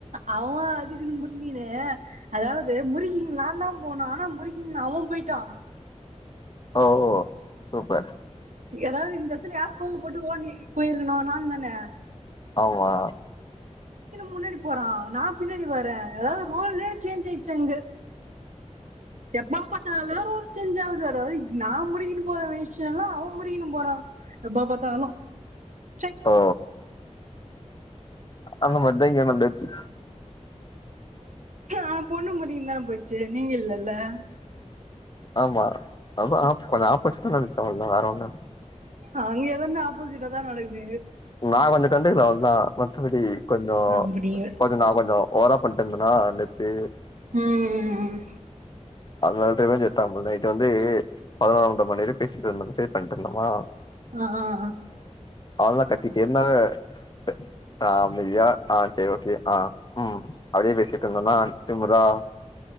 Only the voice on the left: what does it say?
ஓ ஓ சூப்பர்
ஆமா
ஓ அந்த மாரிதா இங்க நடந்துருக்கு
ஆமா அதா ஆப் கொஞ்ச ஆப்போசிட்டா நெனச்சே அவ்ளதா வேற ஒன்னு இல்ல
நா கொஞ்சோ கண்டுக்கல அவ்ளதா மத்தபடி கொஞ்சோ
கொஞ்சோ நா கொஞ்சோ ஓவரா பண்ட்டு இருந்தனா நேத்து
அதனால ரிவெஞ்ச் எடுத்தாப்புல நைட் வந்து பதனொன்ற மணி வரையு பேசிட்ருந்தோன்னு ஃபேக் பண்ட்டு இருந்தனா
அவன்லா கத்திட்டே இருந்தா த ஆமா யே ஆ சேரி ஓகே ஆ ம் அப்டியே பேசிட்டு இருந்தனா திமிரா